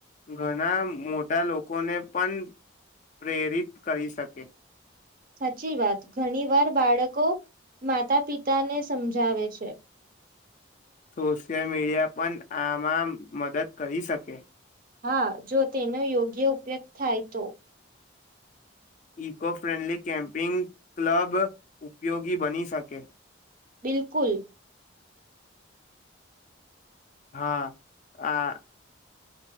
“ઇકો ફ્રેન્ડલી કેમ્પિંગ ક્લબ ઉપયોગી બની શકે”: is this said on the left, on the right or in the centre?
Left